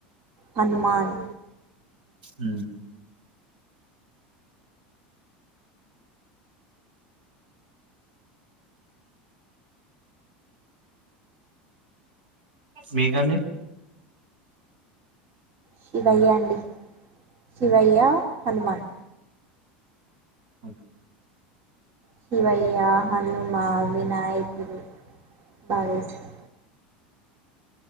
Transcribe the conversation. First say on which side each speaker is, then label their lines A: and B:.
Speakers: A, on the right; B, on the right.
A: హన్మాన్
B: హుమ్మ్ మీకండి.
A: శివయ్య అండి శివయ్య, హనుమాన్.
B: ఓ
A: శివయ్య, హనుమ, వినాయకులు బాగా ఇష్ట్